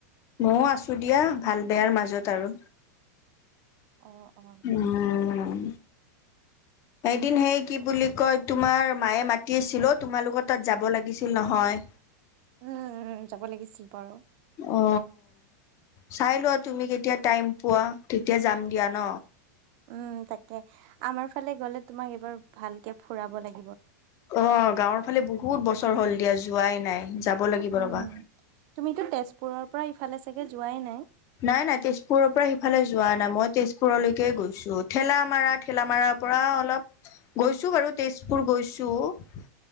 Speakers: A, on the left; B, on the right.
A: মও আছো দিয়া ভাল বেয়াৰ মাজত আৰু
B: অ অ
A: উম এদিন সেই কি বুলি কয় তোমাৰ মায়ে মাত তিচিল অ তোমালোকৰ তাত যাব লাগিছিল নহয়।
B: উম উ যাব লাগিছিল বাৰু
A: অ চাই লোৱা তুমি কেতিয়া টাইম পোৱা তেতিয়া যাম দিয়া ন
B: উম তাকে আমাৰ ফালে গ'লে তোমাক এইবাৰ ভালকে ফুৰাব লাগে <unintelligible>
A: অ গাঁৱৰ ফালে বহুত বছৰ হ'ল দিয়া যোৱাই নাই যাব লাগিব
B: উম
A: ৰবা
B: তুমিতো তেজপুৰৰ পৰা ইফালে চাগে যোৱাই নাই
A: নাই নাই তেজপুৰৰ পৰা সিফালে যোৱা নাই মই তেজ পুৰলৈকে গৈছো ঠেলামাৰা ঠেলামাৰাৰ পৰা অলপ গৈছো বাৰু তেজপুৰ গৈছো টো